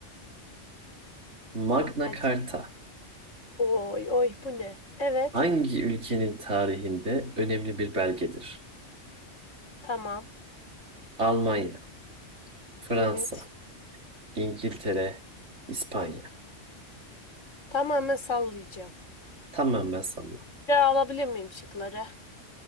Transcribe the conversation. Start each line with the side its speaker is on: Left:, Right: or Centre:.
Right: Magna
Left: Hadi.
Right: Carta
Left: Oy oy bu ne? Evet.
Right: hangi ülkenin tarihinde önemli bir belgedir?
Left: Tamam.
Right: Almanya, Fransa,
Left: Evet.
Right: İngiltere, İspanya.
Left: Tamamen sallayacağım.
Right: Tamam ben salla.
Left: Bir daha alabilir miyim şıkları?